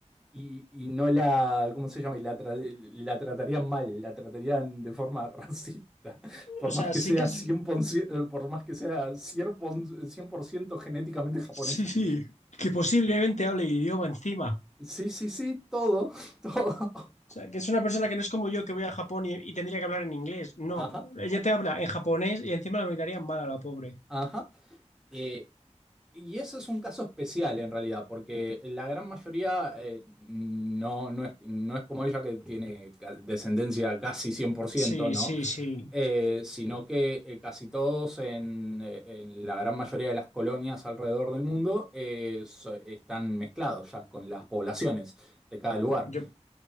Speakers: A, in the centre; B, on the left.
A: y, y no la, ¿cómo se llama? Y la, tra- la tratarían mal, la tratarían de forma <laughs> racista, por
B: o sea,
A: más que
B: sí
A: sea
B: que es,
A: 100%, eh, por más que sea cien por- 100% genéticamente japonesa.
B: sí, sí, que posiblemente hable el idioma encima.
A: Sí, sí, sí, todo, <laughs> todo.
B: O sea, que es una persona que no es como yo que voy a Japón y, y tendría que hablar en inglés. No,
A: Ajá,
B: ella te habla en japonés y encima la miraría mal a la pobre.
A: ajá. Eh, Y eso es un caso especial en realidad, porque la gran mayoría eh, no, no es, no es como ella que tiene ca- descendencia casi cien por ciento,
B: Sí,
A: ¿no?
B: sí, sí.
A: Eh, sino que eh, casi todos en, eh, en la gran mayoría de las colonias alrededor del mundo eh, so- están mezclados ya con las poblaciones de cada lugar.
B: Yo